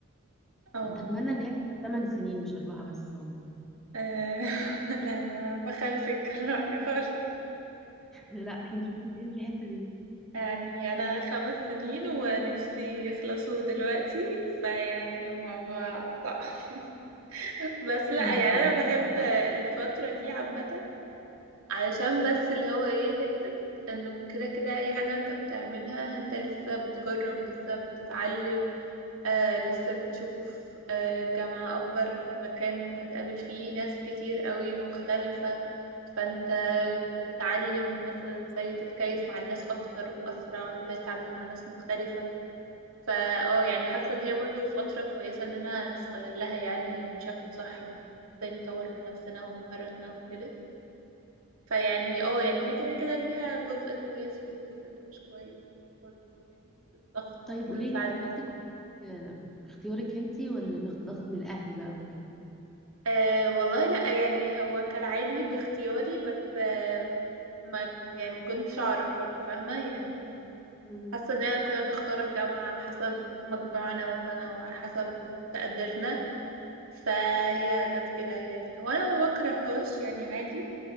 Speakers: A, on the right (about 80°); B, in the centre.
A: اه
B: كنت أتمنى إن هي تبقى 8 سنين مش أربعة بس والله
A: آه، <laughs> لا انا بخلفك <laughs> الرأي خالص
B: <laughs> لا احنا مش متفقين في الحتة دي
A: يعني انا خمس سنين ونفسي يخلصوا دلوقتي فيعني الموضوع صعب <laughs> بس لا
B: لا
A: يعني
B: هو
A: انا
B: موضوع
A: بحب
B: حلو.
A: الفترة دي عامة علشان بس اللي هو ايه حتة انه كده كده اي حاجة انت بتعملها انت لسه بتجرب لسه بتتعلم آه لسه بتشوف آه جامعة أكبر مكان ممكن تقابل فيه ناس كتير قوي مختلفة فأنت بتتعلم مثلا ازاي تتكيف مع الناس أكتر وأسرع ازاي تتعامل مع ناس مختلفة فا اه يعني حاسة إن هي برضه فترة كويسة إننا نستغلها يعني بشكل صح إنه ازاي نطور من نفسنا ومهاراتنا وكده فيعني اه يعني هي كده كده ليها جزء كويس والجزء اللي مش كويس برضه من حيث الضغط
B: طيب قولي لي
A: ساعات
B: دخلتي كلية آه، باختيارك انتي ولا بضغط من الأهل بقى وكده
A: أه والله لا يعني هو كالعادي باختياري بس أه ما يعني ما كنتش اعرف برضو فاهمة يعني
B: مم.
A: حاسة اننا كنا بنختار الجامعة على حسب مجموعنا مثلا او على حسب تقديرنا فهي جت كده يعني هو انا ما بكرههاش يعني عادي